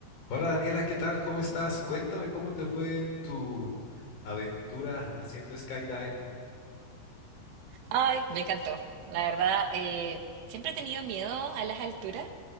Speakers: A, on the left (about 60°); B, on the right (about 85°).
A: Hola Daniela, ¿qué tal? ¿Cómo estás? Cuéntame cómo te fue en tu aventura haciendo skydive.
B: Ay, me encantó. La verdad, eh, siempre he tenido miedo a las alturas.